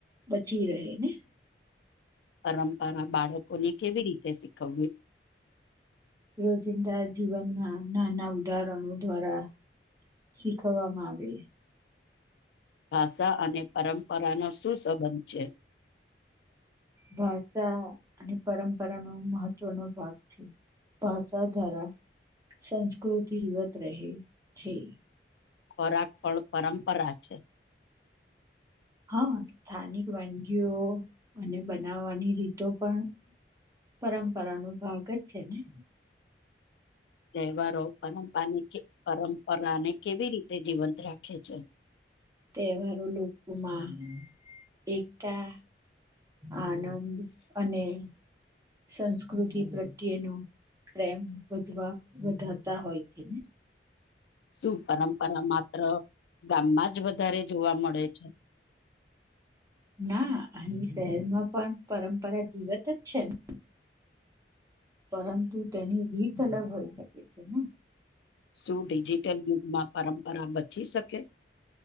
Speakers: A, on the right; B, on the left.
A: બચી રહે ને
B: પરંપરા બાળકોને કેવી રીતે શીખવવી
A: રોજિંદા જીવનમાં નાના ઉદાહરણો દ્વારા શીખવવામાં આવે
B: ભાષા અને પરંપરાનો સુ સંબંધ છે
A: ભાષા અને પરંપરાનો મહત્વનો ભાગ છે ભાષા ધારા સંસ્કૃતિ જવત રહે છે
B: ખોરાક ફળ પરંપરા છે
A: હા સ્થાનિક વાનગીઓ અને બનાવવાની રીતો પણ પરંપરાનો ભાગ જ છે ને
B: તહેવારો પરંપને પરંપરાને કેવી રીતે જીવંત રાખે છે
A: તહેવારો લોકોમાં એકતા આનંદ અને સંસ્કૃતિ પ્રત્યેનો પ્રેમ વધવા વધાતા હોય છે ને
B: શું પરંપરા માત્ર ગામમાં જ વધારે જોવા મળે છે
A: ના અની શહેરમાં પણ પરંપરા જીવત જ છે ને પરંતુ તેની રીત અલગ હોઈ શકે છે ને
B: શું ડિજિટલ યુગમાં પરંપરા બચી શકે